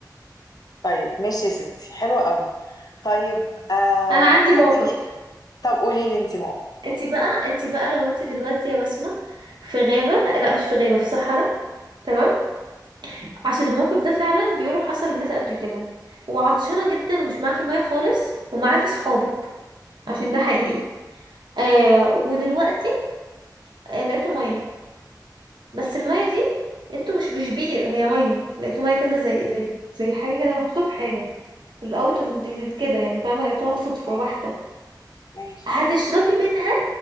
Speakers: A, on the left; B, on the right.
A: طيب ماشي يا ستي حلوة قوي طيب آه
B: انا عندي موقف
A: هديكي طب قولي لي انت
B: انت بقى انت بقى لو انت دلوقتي يا بسمة في غابة لا مش في غابة في صحراء تمام عشان الموقف ده
A: موقف
B: فعلا بيقولوا حصل للناس قبل كده وعطشانة جدا ومش معاكي مية خالص ومعاكي صحابك عشان ده حقيقي آه ودلوقتي آه لقيتوا مية بس المية دي انتوا مش مش بير هي مية لقيتوا مية كده زي زي زي حاجة كده محطوطة في حاجة الاوت اوف كده يعني فاهمة لقيتوها صدفة
A: ماشي
B: بحتة
A: ماشي
B: هتشربي منها